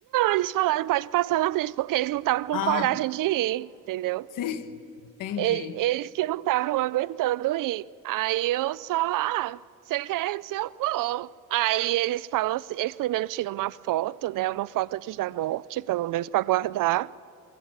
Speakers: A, on the right; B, on the left.
A: Eles falaram, pode passar na frente, porque eles não estavam com
B: Ah,
A: coragem de ir, entendeu?
B: sim, <laughs> entendi.
A: E- Eles que não estavam aguentando ir. Aí eu só, ah, você quer? Eu disse, eu vou. Aí eles falam assim, eles primeiro tiram uma foto, né? Uma foto antes da morte, pelo menos para guardar.